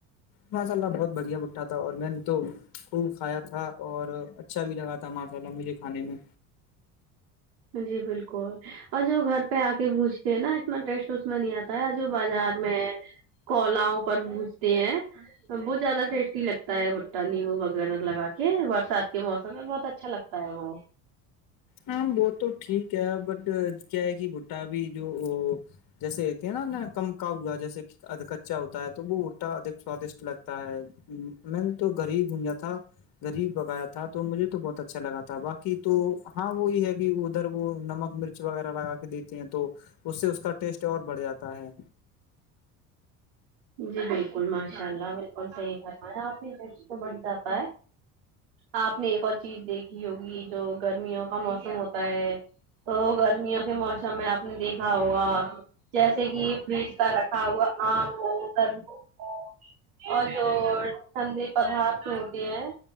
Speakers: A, on the left; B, on the right.
A: ماشا اللہ بہت بڑھیا بٹھا تھا اور میں نے تو خوب کھایا تھا اور اچھا بھی لگا تھا ماشاء اللہ مجھے کھانے میں
B: جی بالکل اور جو گھر پہ آک پونجتے ہیں نا اتنا ٹیسٹ اس میں نہیں آتا ہوتا جو بازار میں کولاؤ پر بونجتے ہیں بہت زیادہ ٹیسٹی لگتا ہے بھٹا نمبو وغیرہ لگا کے برسات کے موسم میں بہت اچھا اچھا لگتا ہے وہ
A: ہاں وہ تو ٹھیک ہے بٹ کیا ہے کہ بٹا بھی جو وہ جیسے ہوتی ہیں نا ن کمکا ہوا جیسے کہدھ کچا ہوتا ہے تو وہ اٹا اک سوادشٹ لگتا ہے میں نے تو غریب گونجا تھا غریب بغایا تھا تو مجھے تو بہت اچھا لگا تھا باقی تو ہاں وہی ہے کہ ادھر وہ نمک مرچ وغیرہ لگا کے دیتے ہیں تو اس سے اس کا ٹیسٹ اور بڑھ جاتا ہے
B: جی بالکل ماشاء اللہ بالکل صحیح فرمایا آپ نہیں <unintelligible> بٹ جاتا ہے آپ نے ایک اور چیز دیکھی ہوگی جو گرمیوں وہا موسم ہوتا ہے تو گرمیوں کے موسم میں آپ نے دیکھا ہوگا جیسے کہ یہ فریج کا رکھا ہوا آم <unintelligible> ٹندے پدارت ہوتے ہیں